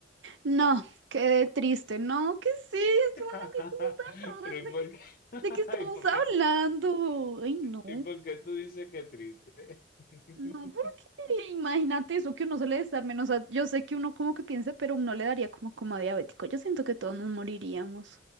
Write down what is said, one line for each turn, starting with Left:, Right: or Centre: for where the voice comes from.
Right: No, qué triste. No, ¿qué es esto?
Left: <laughs>
Right: No, qué cosa tan
Left: Pero
Right: rara.
Left: ¿y
Right: ¿De
Left: por
Right: qué,
Left: qué? <laughs>
Right: de qué estamos
Left: ¿Y por qué,
Right: hablando? Ay, no.
Left: y por qué tú dices que triste? <laughs>
Right: No, porque imagínate eso que uno suele estar menos, a- yo sé que uno como que piense, pero uno le daría como como a diabético. Yo siento que todos nos moriríamos.